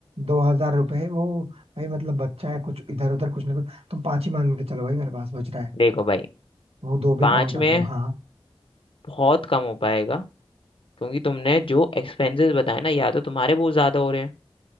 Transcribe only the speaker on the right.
दो हजार रुपये वो भाई मतलब बच्चा है कुछ इधर उधर कुछ ना कुछ तुम पांच ही मान के चलो भाई मेरे पास बच रहा है
वो दो
भी काउंट
करो हाँ